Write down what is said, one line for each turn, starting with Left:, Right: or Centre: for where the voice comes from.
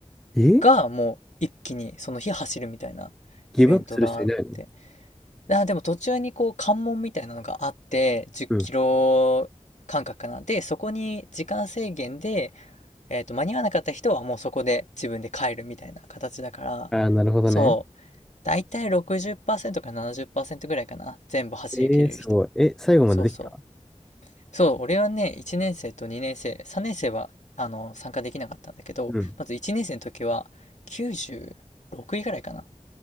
Centre: え
Left: が、もう一気にその日走るみたいなイベントがあって。
Centre: ギブアップする人いないの
Left: あ、でも途中にこう関門みたいなのがあって、10キロ間隔かな。
Centre: うん。
Left: で、そこに時間制限で、えっと、間に合わなかった人はもうそこで自分で帰るみたいな形だから、
Centre: ああ、なるほどね。
Left: そう。だいたい60%か70%ぐらいかな。全部走り切れる人。
Centre: えー、すごい。え、最後までできた
Left: そうそう。そう、俺はね、1年生と2年生、3年生はあの参加できなかったんだけど、
Centre: うん。
Left: まず1年生の時は96位ぐらいかな。